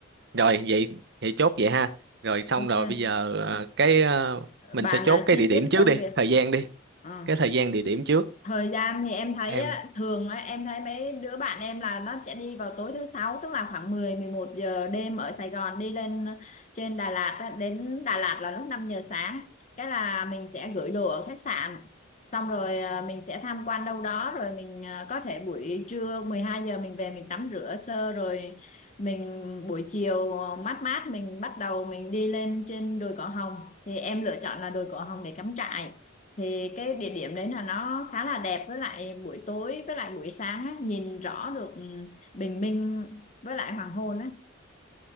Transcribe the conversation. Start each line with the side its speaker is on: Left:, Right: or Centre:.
Right: rồi vậy vậy chốt vậy ha rồi xong
Left: ok.
Right: rồi bây giờ ờ, cái ờ, mình
Left: Bạn
Right: sẽ chốt
Left: ờ,
Right: cái
Left: chi
Right: địa điểm
Left: tiết
Right: trước
Left: công
Right: đi
Left: việc.
Right: thời gian đi
Left: Ờ.
Right: cái thời gian địa điểm trước
Left: thời gian thì em thấy
Right: em
Left: á, thường á, em thấy mấy đứa bạn em là nó sẽ đi vào tối thứ sáu tức là khoảng mười mười một giờ đêm ở Sài Gòn đi lên ờ, trên Đà Lạt á, đến Đà Lạt là lúc năm giờ sáng cái là mình sẽ gửi đồ ở khách sạn xong rồi à, mình sẽ tham quan đâu đó rồi mình à, có thể buổi trưa 12 giờ mình về mình tắm rửa sơ rồi mình buổi chiều ờ, mát mát mình bắt đầu mình đi lên trên đồi cỏ hồng thì em lựa chọn là đồi cỏ hồng để cắm trại thì cái địa điểm đấy là nó khá là đẹp với lại buổi tối với lại buổi sáng á, nhìn rõ được ừ, bình minh với lại hoàng hôn á